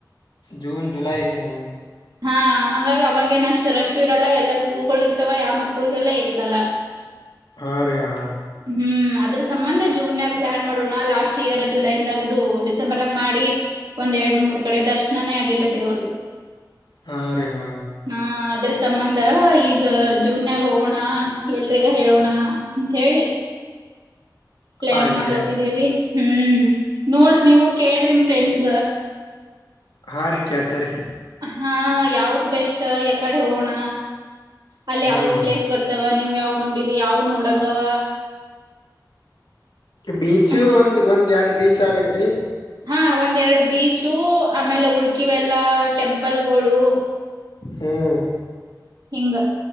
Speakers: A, on the left; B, on the right.
A: ಜೂನ್ ಜುಲೈ ರೀ ಹಾ
B: ಹಾ ಹಂಗಾಗಿ ಅವಾಗ ಏನ ಅಷ್ಟು ರಶು ಇರಲ್ಲ ಎಲ್ಲಾ ಸ್ಕೂಲ್ಗಳು ಇರ್ತವ ಯಾವ ಮಕ್ಳು ಇರಲ್ಲ ಏನಿರಲ್ಲಾ. <inaudible>
A: ಹಾ ರಿ ಹಾ
B: ಹ್ಮ್ ಅದ್ರ ಸಂಬಂಧ ಜೂನ್ಾಗ ಪ್ಲಾನ್ ಮಾಡೋಣ ಲಾಸ್ಟ್ ಇಯರ್ ಜುಲೈಂದಾಗ ಇದು ಡಿಸೆಂಬರ್ಗ ಮಾಡಿ ಒಂದ್ ಎರಡ್ ಮೂರ್ ಕಡೆ ದರ್ಶನೇ ಆಗಿಲ್ಲ ದೇವ್ರ್
A: ಹಾ ರೀ ಹಾ
B: ಹ ಅದ್ರ ಸಂಬಂಧ ಈಗ ಜೂನ್ಯಾಗ ಹೋಗೋಣ ಎಲ್ರಿಗ ಹೇಳೋಣ ಹೇಳಿ ಪ್ಲಾನ್
A: ಆಯ್ತ್
B: ಮಾಡ್ಲತ್ತಿದ್ದೇವಿ
A: ರೀ ಆಯ್ತ್
B: ಹ್ಮ್ ನೋಡ್ರಿ ನೀವು ಕೇಳ್ರಿ ಫ್ರೆಂಡ್ಸ್
A: ಹಾ ರೀ ಕೇಳ್ತ ರೀ
B: ಹಾ ಯಾವ್ದ ಬೆಸ್ಟ್ ಎ ಕಡೆ ಹೋಣ ಅಲ್ಲಿ
A: ಹ್ಮ್
B: ಯಾವ್ಯಾವ್ ಪ್ಲೇಸ್
A: ಹ್ಮ್
B: ಬರ್ತವ ನೀವ್ ಯಾವ್ದ್ ನೋಡರಿ ಯಾವ್ದ್ ನೋಡಂಗವ
A: ಬೀಚ
B: ಅಂತೆ
A: ಒಂದ್ ಒಂದ್ ಎರಡ್ ಬೀಚ್ ಆಗ್ಬೇಕ್ರಿ
B: ಹಾ ಒಂದ್ ಎರಡು ಬೀಚು ಆಮೇಲೆ ಹುಡುಕಿವೆಲ್ಲ ಟೆಂಪಲ್ಗಳು
A: ಹ್ಮ್
B: ಹಿಂಗ